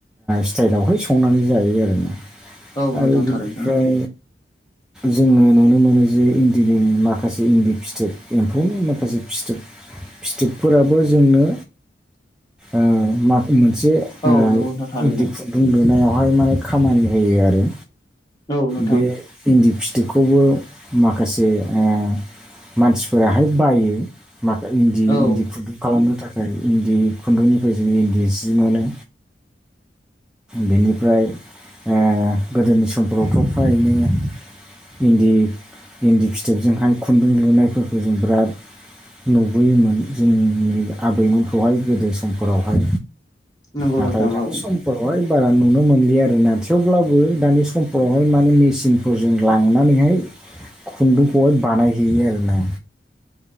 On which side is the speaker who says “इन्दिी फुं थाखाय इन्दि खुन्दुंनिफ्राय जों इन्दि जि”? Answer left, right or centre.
Centre